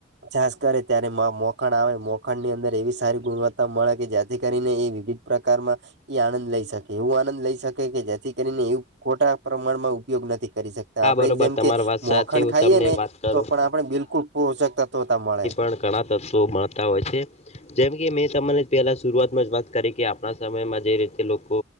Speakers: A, on the right; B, on the left.
A: છાસ કરે ત્યારે માં મોખણ આવે મોખાણની અંદર એવી સારી ગુણવત્તા મળે કે જેથી કરીને એ વિવિધ પ્રકારમાં એ આણંદ લઈ શકે એવું આનંદ લઈ શકે કે જેથી કરીને એવું ખોટા પ્રમાણમાં ઉપયોગ નથી કરી શક આપણેે
B: હા બરોબર
A: જેમ
B: તમારી
A: કે
B: વાત સાચી
A: મોખણ
B: હું
A: ખાઈએ
B: તમને
A: ને
B: વાત કરું
A: તો પણ આપણે બિલકુલ પોષક તત્વતા મળે.
B: એટલે ઘણા તત્વો મળતા હોય છે. જેમ કે મેં તમને પેલા શુરૂઆતમાં જ વાત કરી કે આપણા સમયમાં જે રીતે લોકો